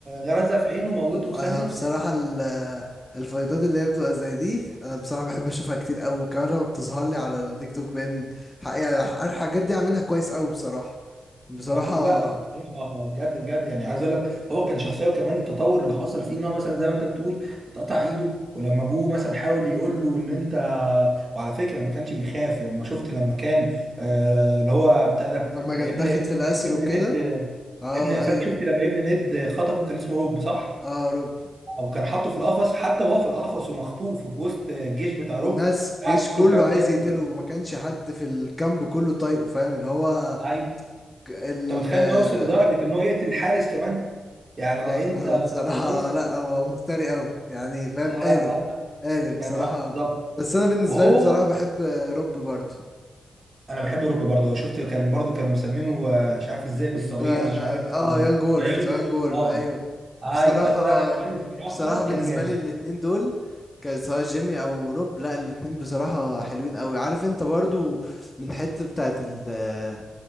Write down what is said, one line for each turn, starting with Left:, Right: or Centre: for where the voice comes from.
Right: غرزها في عينه موته في
Left: انا
Right: ثانيه
Left: بصراحه ال- الفايضات اللي هي بتبقى زي دي انا بصراحه بحب اشوفها كتير قوي وكمان لما بتظهر لي على التيك توك بين حق- يعني الح- الحاجات دي عاملينها كويس قوي بصراحه بصراحه
Right: ما انا لا لا بصراحه بجد بجد يعني عايز اقول لك هو كان شخصيه وكمان التطور اللي حصل فيه ان هو مثلا زي ما انت بتقول اتقطع ايده ولما ابوه مثلا حاول يقول له ان انت وعلى فكره ما كانش بيخاف لما شفت لما كان آه، اللي هو بتاع ده
Left: لما كانت
Right: ابن
Left: تاخد
Right: ابن
Left: في الاسر
Right: ابن
Left: وكده
Right: ند
Left: اه
Right: ابن فاكر
Left: ايوه
Right: شفت لما ابن ند خطفه كان اسمه روب صح؟
Left: اه يا رب
Right: او كان حاطه في القفص حتى وهو في القفص ومخطوف وفي وسط الجيش بتاع
Left: والناس
Right: روب
Left: الجيش
Right: قعد يقول
Left: كله
Right: له كام
Left: عايز
Right: كلمه
Left: يقتله
Right: كده
Left: وما كانش حد في الكامب كله طايقه فاهم اللي هو
Right: ايوه
Left: ك- ال
Right: انت متخيل
Left: آه
Right: انه يوصل لدرجه ان هو يقتل الحارس كمان يعني
Left: آه،
Right: ده انت
Left: بصراحه
Right: بص
Left: لا هو مفتري قوي يعني فاهم
Right: لا لا
Left: قادر
Right: لا لا
Left: قادر بصراحه
Right: كان اه بالظبط
Left: بس انا بالنسبه
Right: وهو
Left: لي بصراحه بحب روب برضه
Right: انا بحب اوروبا برضه شفت كان برضه كانوا مسمينه آه، مش عارف الذئب الصغير
Left: اه
Right: مش عارف
Left: آه،
Right: آه،
Left: يانج وولف
Right: لا ينجو
Left: ذا يانج وولف
Right: اه
Left: ايوه
Right: ايوه
Left: بصراحة
Right: ايوه لا لا كان الصراحه
Left: بصراحة بالنسبة
Right: كان جامد
Left: لي الاتنين دول كان سواء جيمي او روب لا الاتنين بصراحة حلوين قوي عارف انت برضو من حتة بتاعت ال- آه،